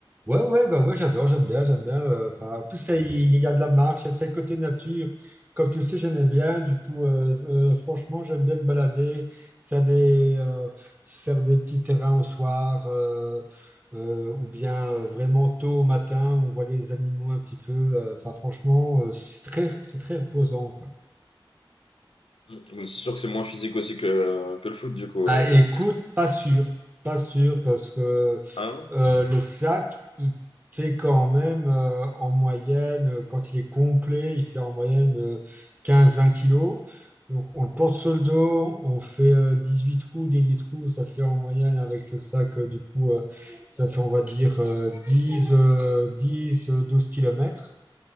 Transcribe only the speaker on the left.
Mm. Mais C'est sûr que c'est moins physique aussi que, que le foot, du coup.
euh,
tiens.
Ah, ouais